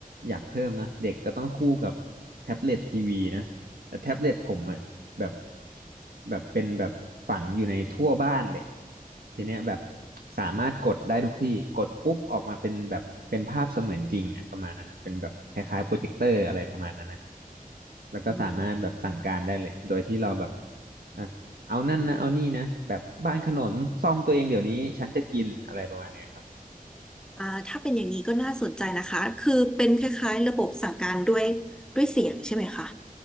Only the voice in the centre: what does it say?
อืม
อ่าถ้าเป็นอย่างนี้ก็น่าสนใจนะคะคือเป็นคล้ายๆระบบสั่งการด้วยด้วยเสียงใช่ไหมคะ